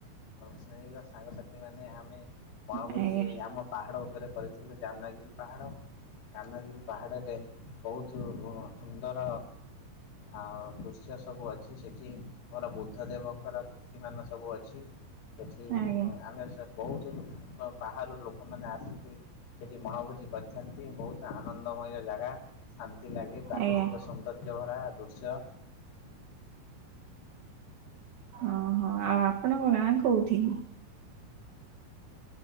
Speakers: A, on the left; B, on the right.
A: ଶ୍ରେଣୀର ସାଙ୍ଗସାଥି ମାନେ ଆମେ ବଣଭୋଜି
B: ଆଜ୍ଞା
A: ଆମ ପାହାଡ ଉପରେ କରିଥିଲୁ, ଜାନାଗିରି ପାହାଡ, ଜାନଗିରି ପାହାଡରେ ବହୁତୁ ସୁନ୍ଦର ଆଉ ଦୃଶ୍ୟ ସବୁ ଅଛି ସେଠି ମୋର ବୁଦ୍ଧ ଦେବଙ୍କର ତି ମାନ ସବୁ ଅଛି, ସେଠି
B: ଆଜ୍ଞା
A: ଆମେ ବହୁତୁ ବାହାରୁ ଲୋକ ଲୋକମାନେ ଆସିକି ସେଠି ମଣଭୋଜି କରିଥାନ୍ତି ବୋହୁ ଆନନ୍ଦମୟ ଜାଗା, ଶାନ୍ତି ଲାଗେ, ପ୍ରାକୃତିକ
B: ଆଜ୍ଞା
A: ସୌନ୍ଦର୍ଯ୍ୟ ଭରା ଦୃଶ୍ୟ।
B: ଓହୋ, ଆଉ ଆପଣଙ୍କ ଗାଁ କୋଉଠି?